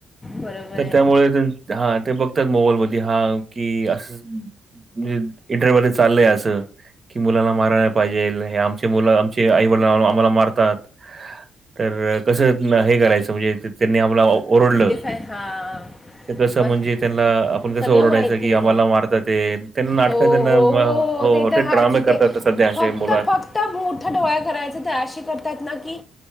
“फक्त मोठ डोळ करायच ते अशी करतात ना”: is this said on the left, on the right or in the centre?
Left